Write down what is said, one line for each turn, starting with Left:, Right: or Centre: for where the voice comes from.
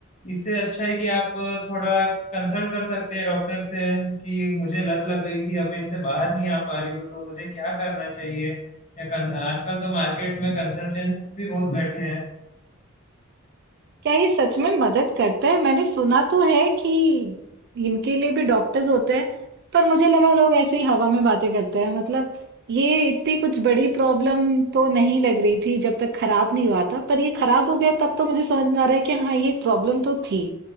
Left: इससे अच्छा है कि आप थोड़ा कंसल्ट कर सकते हैं डॉक्टर से कि मुझे लत लग गई थी अब मैं इससे बाहर नहीं आ पा रही हूँ तो मुझे क्या करना चाहिए या कं- आजकल तो मार्केट में कंसल्टेंट्स भी बहुत बैठे हैं
Right: क्या ये सच में मदद करता है मैंने सुना तो है कि इनके लिए भी डॉक्टर्स होते हैं पर मुझे लगा लोग ऐसे ही हवा में बातें करते हैं मतलब ये इतनी कुछ बड़ी प्रॉब्लम तो नहीं लग रही थी जब तक खराब नहीं हुआ था पर ये खराब हो गया तब तो मुझे समझ में आ रहा है कि हाँ ये एक प्रॉब्लम तो थी